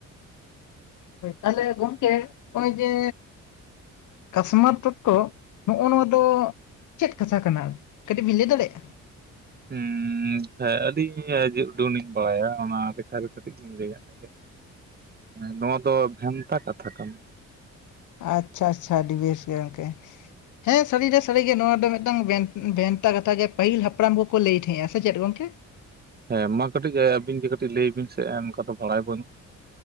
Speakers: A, on the left; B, on the right.
A: ᱛᱟᱦᱞᱮ ᱜᱚᱢᱠᱮ ᱱᱟᱜᱼᱚᱭ ᱡᱮ ᱠᱟᱥᱢᱟᱨ ᱴᱚᱴᱠᱚ ᱱᱚᱜᱼᱚ ᱱᱚᱣᱟ ᱫᱚ ᱪᱮᱫ ᱠᱟᱛᱷᱟ ᱠᱟᱱᱟ ᱠᱟᱹᱴᱤᱡ ᱵᱤᱱ ᱞᱟᱹᱭ ᱫᱟᱲᱮᱭᱟᱜᱼᱟ
B: ᱦᱩᱸ ᱦᱮᱸ ᱟᱹᱞᱤᱧ ᱡᱮ ᱩᱰᱩᱱᱞᱤᱧ ᱵᱟᱲᱟᱭᱟ ᱚᱱᱟ ᱞᱮᱠᱷᱟᱨᱮ ᱠᱟᱹᱴᱤᱡ ᱞᱤᱧ ᱞᱟᱹᱭᱟᱫ ᱞᱮ ᱱᱚᱣᱟ ᱫᱚ ᱵᱷᱮᱱᱛᱟ ᱠᱟᱛᱷᱟ ᱠᱟᱱᱟ
A: ᱟᱪᱪᱷᱟ ᱟᱪᱪᱷᱟ ᱟᱹᱰᱤ ᱵᱮᱥ ᱜᱮ ᱜᱚᱢᱠᱮ ᱦᱮᱸ ᱥᱟᱹᱨᱤ ᱨᱮ ᱥᱟᱹᱨᱤ ᱜᱮ ᱱᱚᱣᱟ ᱫᱚ ᱢᱤᱫᱴᱟᱝ ᱵᱷᱮᱱᱛᱟ ᱠᱟᱛᱷᱟ ᱜᱮ ᱯᱟᱹᱦᱤᱞ ᱦᱟᱯᱲᱟᱢ ᱠᱚᱠᱚ ᱞᱟᱹᱭ ᱛᱟᱦᱮᱸᱜᱼᱟ ᱥᱮ ᱪᱮᱫ ᱜᱚᱝᱠᱮ
B: ᱦᱮᱸ ᱢᱟ ᱠᱟᱹᱴᱤᱡ ᱟᱹᱵᱤᱱ ᱜᱮ ᱠᱟᱹᱴᱤᱡ ᱞᱟᱹᱭ ᱵᱤᱱ ᱥᱮᱜ ᱚᱱᱠᱟ ᱫᱚ ᱵᱟᱲᱟᱭ ᱵᱟᱹᱱᱩᱜᱼᱟ